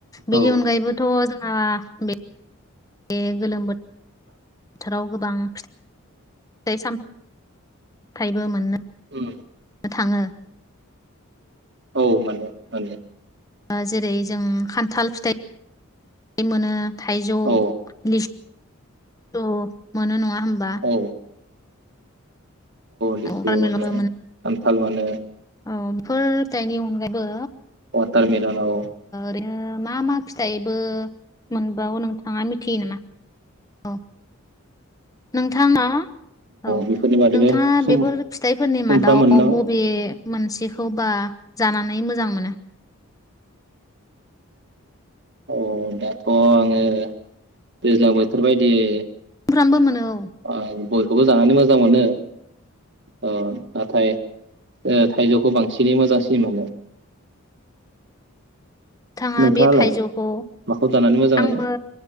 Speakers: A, on the left (about 15°); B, on the right (about 55°).
A: बेनि
B: औ
A: अनगायैबोथ' जोंहा बे बे गोलोम बोथोर बोथोराव गोबां फिथ थाइ साम थाइबो मोननो
B: उम
A: थाङो।
B: औ मोनो मोनो
A: ओ जेरै जों खान्थाल फिथाइ इ मोनो थाइजौ
B: औ
A: लिस सु मोनो नङा होमबा।
B: औ लिसु
A: औ पारमेलनबो
B: मोनो खान्थाल मोनो।
A: औ फोर थाइनि अनगायैबो
B: तारमिलन औ
A: ओरैनो मा मा फिथाइबो मोनबावो नोंथाङा मिथियो नामा औ नोंथाङा औ
B: बेफोरनि बादैबो
A: नोंथाङा
B: सुम
A: बेफोर फिथाइफोरनि
B: सुमफ्राम
A: मादाव
B: मोनो नामा
A: बबे मोनसेखौबा जानानै मोजां मोनो?
B: औ दाथ' आङो दैज्लां बोथोर बायदियै
A: फ्रामबो मोनो। औ
B: आइ बयखौबो जानानै मोजां मोनो ओ नाथाय ओ थाइजौखौ बां सिनै मोजांसिन मोनो।
A: थाङा
B: नोंथाङालाय
A: बे थाइजौखौ
B: माखौ जानानै मोजां मोनो?
A: आंबो